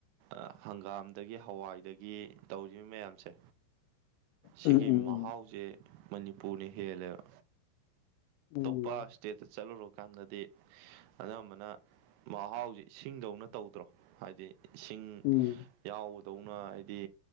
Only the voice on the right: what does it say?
ꯑ ꯍꯪꯒꯥꯝꯗꯒꯤ ꯍꯋꯥꯏꯗꯒꯤ ꯇꯧꯔꯤꯕ ꯃꯌꯥꯝꯁꯦ
ꯁꯤꯒꯤ
ꯃꯍꯥꯎꯁꯦ ꯃꯅꯤꯄꯨꯔꯅ ꯍꯦꯜꯂꯦꯕ
ꯂꯄ ꯁꯇꯦꯠꯇ ꯆꯠꯂꯨꯔꯀꯥꯟꯗꯗꯤ ꯑꯅꯝꯕꯅ ꯃꯍꯥꯎꯁꯤ ꯏꯁꯤꯡꯗꯧꯅ ꯇꯧꯗ꯭ꯔꯣ ꯍꯥꯏꯗꯤ ꯏꯁꯤꯡ
ꯌꯥꯎꯕꯗꯧꯅ ꯍꯥꯏꯗꯤ